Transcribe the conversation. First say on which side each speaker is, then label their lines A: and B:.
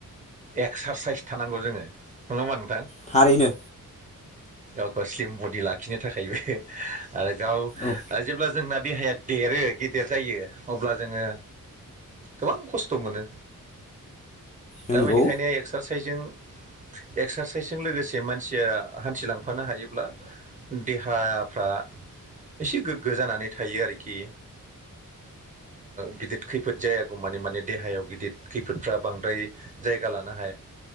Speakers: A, on the right (about 25°); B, on the left (about 20°).
A: एक्सारसाइस थानांगौ जोङो नङा मोनगोन
B: थारैनो
A: गाव गाव स्लिम बडि लाखिनो थाखायबो आरो गाव
B: औ
A: जेब्ला जोंना देहाया देरो गेदेर जायो अब्ला जोङो गोबां खस्थ' मोनो
B: नंगौ
A: दा बेनिखायनो एक्सारसाइसजों एक्सारसाइसजों लोगोसे मानसिया हान्थिलांफानो हायोब्ला देहाफ्रा से गोगो जानानै थायो आरोखि गिदिर खैफोद जायागौ माने माने देहायाव गिदिर खैफोदफ्रा बांद्राय जायगा लानो हायो